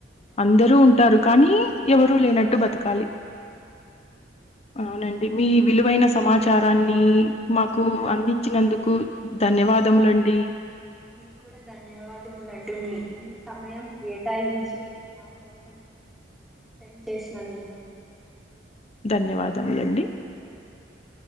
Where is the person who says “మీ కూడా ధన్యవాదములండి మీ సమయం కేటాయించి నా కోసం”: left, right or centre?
Centre